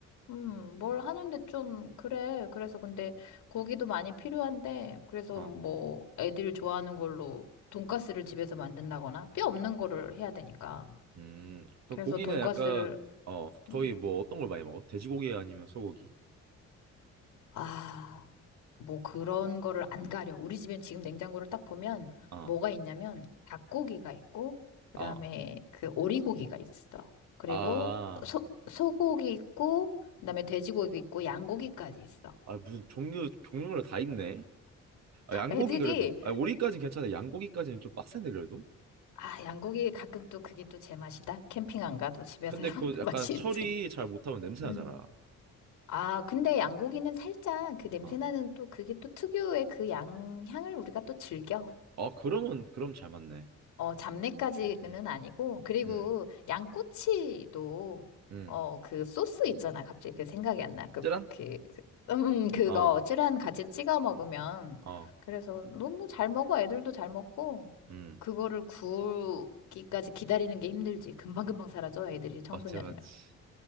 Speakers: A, on the left; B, on the right.
A: 음, 뭘 하는데 좀, 그래. 그래서 근데 고기도 많이 필요한데, 그래서
B: 어.
A: 뭐, 애들 좋아하는 걸로 돈가스를 집에서 만든다거나, 뼈 없는 거를 해야 되니까.
B: 음. 그
A: 그래서
B: 고기는
A: 돈가스를,
B: 약간 어
A: 음,
B: 거의 뭐 어떤 걸 많이 먹어? 돼지고기 아니면 소고기?
A: 아, 뭐 그런 거를 안 가려. 우리 집엔 지금 냉장고를 딱 보면
B: 아.
A: 뭐가 있냐면 닭고기가 있고, 그다음에
B: 아.
A: 그 오리고기가 있어. 그리고
B: 아,
A: 소, 소고기 있고, 그다음에 돼지고기 있고, 양고기까지 있어.
B: 아 무슨 종류 종류별로 다 있네. 아, 양고기
A: 애들이,
B: 그래도 아 오리까진 괜찮아. 양고기까지는 좀 빡센데 그래도.
A: 아, 양고기 가끔 또 그게 또 제 맛이다. 캠핑 안 가도 집에서
B: 근데
A: 해먹는
B: 그
A: <laughs>
B: 약간
A: 맛이
B: 처리
A: 있지.
B: 잘 못하면 냄새
A: 음.
B: 나잖아.
A: 아, 근데 양고기는 살짝 그 냄새
B: 아,
A: 나는 또 그게 또 특유의 그 양, 향을 우리가 또 즐겨.
B: 어 그러면 그럼 잘 맞네.
A: 어, 잡내까지는
B: 음,
A: 아니고, 그리고
B: 음,
A: 양꼬치도,
B: 음,
A: 어, 그 소스 있잖아. 갑자기 그 생각이 안 나. 그,
B: 찌란?
A: 그, 그, 음, 그거
B: 어,
A: 찌란 같이 찍어 먹으면.
B: 어,
A: 그래서 너무 잘 먹어. 애들도 잘 먹고,
B: 음,
A: 그거를 구우기까지 기다리는 게 힘들지. 금방금방 사라져. 애들이 청소년이라서.
B: 맞지, 맞지.